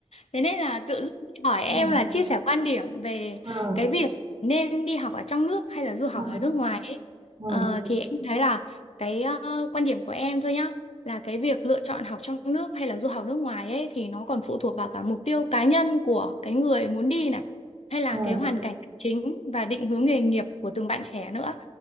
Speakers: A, on the left; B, on the right.
A: Thế nên là tự dưng chị hỏi
B: ừ
A: em là chia sẻ quan điểm về
B: ừ
A: cái việc nên đi học ở trong nước hay là du học
B: ừ
A: ở nước ngoài ấy.
B: ừ
A: Ờ, thì em thấy là cái ờ, quan điểm của em thôi nhá, là cái việc lựa chọn học trong nước hay là du học nước ngoài ấy thì nó còn phụ thuộc vào cả mục tiêu cá nhân của cái người muốn đi này, hay là
B: ừ
A: cái hoàn cảnh chính và định hướng nghề nghiệp của từng bạn trẻ nữa.